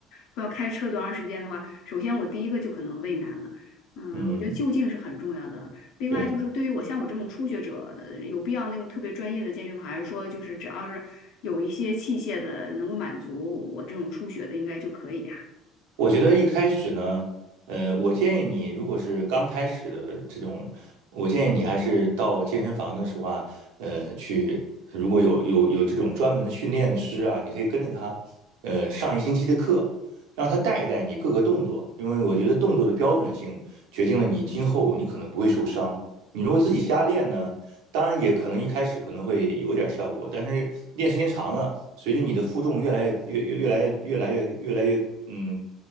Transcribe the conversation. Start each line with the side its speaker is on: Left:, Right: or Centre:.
Left: 或要开车多长时间的话，首先我第一个就可能畏难了。嗯，
Right: 嗯，
Left: 我觉得就近是很重要的。另外就是对于我像我这种初学者，
Right: 对，
Left: 呃有必要那种特别专业的健身房，还是说就是只要是有一些器械的能够满足我这种初学的，应该就可以啊？
Right: 我觉得一开始呢，呃，我建议你如果是刚开始的这种，我建议你还是到健身房的时候啊，呃，去如果有有有这种专门的训练的师啊，你可以跟着他，呃，上一星期的课。让他带一带你各个动作，因为我觉得动作的标准性决定了你今后你可能不会受伤。你如果自己瞎练呢，当然也可能一开始可能会有点效果，但是练时间长了，随着你的负重越来越越越来越越来越越来越嗯